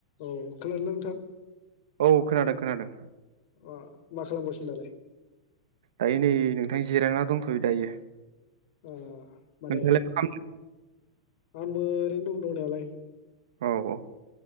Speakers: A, on the left; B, on the right.
A: औ खोनादोना नोंथां?
B: औ खोनादों खोनादों।
A: अ मा खालामगासिनो दालाय
B: दायो नै नोंथां जिरायना दंथ'यो दायो
A: आ माने
B: नोंथाङालाय मा खालामदों
A: आंबो ओरैनो दं दंनायालाय
B: औ औ